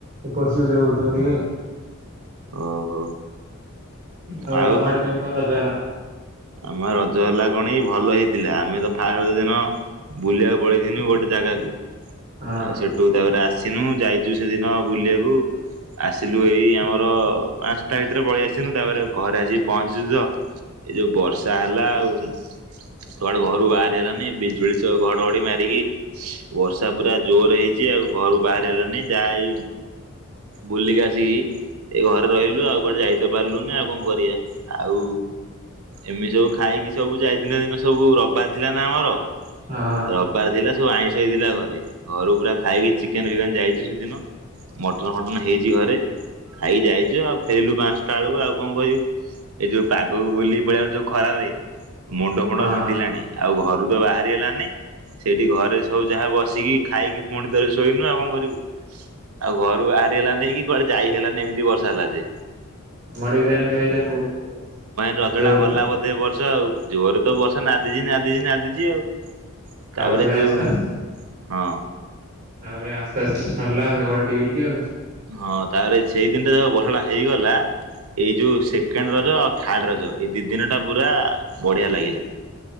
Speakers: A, on the right; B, on the right.
A: ପଚି ଗୋଟେ ହଉଛନ୍ତି
B: ଓହୋ
A: ହ
B: ଆଉ
A: କମାଡ କେ କଣ ରଜ ହେଲା
B: ଆମ ରଜ ହେଲା କଣ ଭଲ ହେଇଥିଲା ଆମେ ତ ଫାଷ୍ଟ ଦିନ ବୁଲିବାକୁ ପଳେଇଥିନୁ ଗୋଟେ ଜାଗାକୁ
A: ହଁ
B: ଆଉ ସେଠୁ ତାପରେ ଆସ ଆସିନୁ ଯାଇଛୁ ସେଦିନ ବୁଲିବାକୁ ଆସିଲୁ ଏଇ ଆମର ପାଞ୍ଚଟା ଭିତରେ ପଳେଇ ଆସିିନୁ ତାପରେ ଘରେ ଆସିକି ପହଞ୍ଚିଚୁ ତ ଏ ଯୋଉ ବର୍ଷା ହେଲା ଆଉ ସୁଆଡେ ଘରୁ ବାହାରି ହେଲାନି ବିଜୁଳି ଘଡଘଡି ମାରିକି ବର୍ଷା ପୁରା ଜୋର ହେଇଛି ଆଉ ଘରୁ ବାହାରି ହେଲାନି ଯାହା ଏଇ ବୁଲିକି ଆସିକି ଏ ଘରେ ରହିଲୁ ଆଉ କୁଆଡେ ଯାଇତ ପାରିଲୁନି ଆଉ କଣ କରିବା ଆଉ ଏମିତି ସବୁ ଖାଇକି ସବୁ ଯାଇ ଦିନ ଦିନ ସବୁ ରବିବାର ଥିଲା ନା ଆମର
A: ହଁ ହଁ ହଁ।
B: ରବିବାର ଥିଲା ସବୁ ଆଇ ସେଇଦଥିଲାା ଘରେ। ଘରୁ ପୁରା ଖାଇକି। ଚିକେନ୍ ଫିକେନ୍ ଯାଇଛି ସେଦିନ ମ ହଟନ ଘଟନ ହେଇଛି ଘରେ ଖାଇ ଯାଇଛ ଆଉ ଫେରିଲୁ ପାଞ୍ଚଟା ବେଳକୁ ଆଉ କଣ କହିବୁ ଏଇ ଯୋଉ ପାଗକୁ ବୁଲିି ପଳ ଯୋଉ ଖରାରେରେ ମୁଣ୍ଡ ଫୁଣ୍ଡ
A: ଆମ
B: ବିନ୍ଧିଲାଣି ଆଉ ଆଉ ଘରୁ ତ ବାହାରି ହେଲାନି ସେଇଠି ଘରେ ସବୁ ଯାହା ବସିକି ଖାଇକି ପୁଣିଥରେ ଶୋଇଲୁ ଆଉ କଣ କରିବୁ ଆଉ। ଘରୁ ବାହାରି ହେଲାନେଇ କି କୁଆଡେ ଯାଇ ହେଲାନି ଏମିତି ବର୍ଷା ହେଲା ଯେ।
A: ଆଡେ ବି ତାହେଲେ ଭାଇ ତାହେଲେ ବହୁତ
B: <inaudible> ରଜ
A: ଜୋରରେ
B: ଟା ଗଲା
A: ତ
B: ବୋଧେ ବର୍ଷ ଆଉ। ଜୋର। ତ ବର୍ଷା ନାଦିଛି ନାଦିଛି ନାଦିଛି ଆଉ ତାପରେ
A: ତ ଭାଇ
B: ଯୋଉ
A: ଆସ୍ତେ ଆସ୍ତେ
B: ହଁ।
A: ତାପରେ ଆସ୍ତେ ଆସ୍ତେ ସରିଲା ମେଘ ଟା ଟିକେ ଟିକେ ଆଉ।
B: ହଁ ତାପରେ ସେଇ ଦିନଟା ଯାହା ବର୍ଷାଟା ହେଇଗଲା ଏଇ ଯଉ ସେକେଣ୍ଡ ରଜ ଆଉ ଥାର୍ଡ ରଜ ଏଇ ଦିଇ ଦିନ ଟା ପୁରା ବଢିଆ ଲାଗିଲା